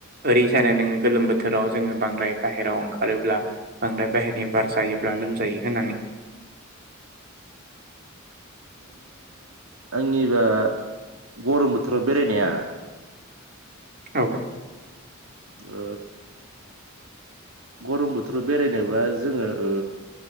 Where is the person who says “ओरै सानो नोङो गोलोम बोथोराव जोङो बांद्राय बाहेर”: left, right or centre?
Right